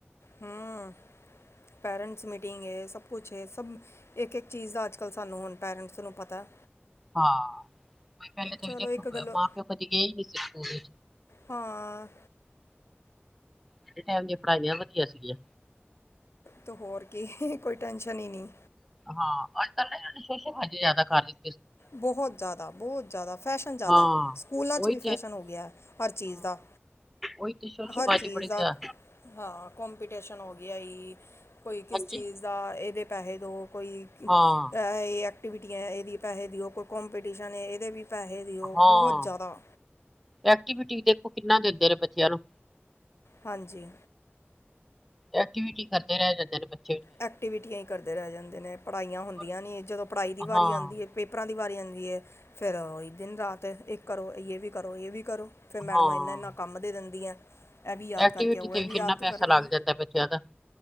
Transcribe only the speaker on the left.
ਹਮ ਪੇਰੈਂਟਸ ਮੀਟਿੰਗ ਹੈ ਸਭ ਕੁਛ ਹੈ ਸਭ ਇੱਕ ਇੱਕ ਚੀਜ਼ ਦਾ ਅੱਜ ਕੱਲ੍ਹ ਸਾਨੂੰ ਹੁਣ ਪੇਰੈਂਟਸ ਨੂੰ ਪਤਾ
ਚਲੋ
ਇੱਕ ਗੱਲ
ਹਾਂ।
ਤੋ ਹੋਰ ਕੀ ਕੋਈ ਟੈਸ਼ਨ ਈ ਨੀ।
ਬਹੁ ਜ਼ਾਦਾ-ਬਹੁ ਜ਼ਾਦਾ ਫੈਸ਼ਨ ਜ਼ਾਦਾ
ਸਕੂਲਾਂ
ਚ ਵੀ ਫੈਸ਼ਨ ਹੋ ਗੇਆ। ਹਰ ਚੀਜ਼ ਦਾ।
ਹਰ ਚੀਜ਼
ਦਾ
ਹਾਂ ਕੋਂਪੀਟੀਸ਼ਨ ਹੋ ਗੇਆ ਜੀ ਕੋਈ ਕਿਸ
ਚੀਜ਼ ਦਾ ਏਦੇ ਪੈਸੇ ਦਿਓ ਕੋਈ
ਐ ਏਹ ਐਕਟੀਵਿਟੀਆਂ ਏਦੇ ਵੀ ਪੈਸੇ ਦਿਓ ਕੋਈ ਕੋਂਪੀਟੀਸ਼ਨ ਐ ਏਦੇ ਵੀ ਪੈਸੇ ਦਿਓ
ਬਹੋਤ ਜ਼ਾਦਾ।
ਹਾਂਜੀ।
ਐਕਟੀਵਿਟੀਆਂ ਏ ਕਰਦੇ ਰੈ ਜਾਂਦੇ ਨੇ ਪੜ੍ਹਾਈਆਂ ਹੁੰਦੀਆਂ
ਨੀ ਜਦੋਂ ਪੜ੍ਹਾਈ ਦੀ ਵਾਰੀ
ਆਂਦੀ ਐ ਪੇਪਰਾਂ ਦੀ ਵਾਰੀ ਆਂਦੀ ਐ, ਫਿਰ ਓਈ ਦਿਨ ਰਾਤ ਇੱਕ ਕਰੋ ਯੇ ਵੀ ਕਰੋ ਯੇ ਵੀ ਕਰੋ। ਫਿਰ ਮੈਡਮਾਂ
ਏਨਾ-ਏਨਾ ਕੰਮ ਦੇ ਦਿੰਦੀਆਂ। ਐ ਵੀ ਯਾਦ
ਕਰਕੇ ਆਓ
ਐ ਵੀ
ਯਾਦ ਤੋ
ਕਰਕੇ ਆਓ,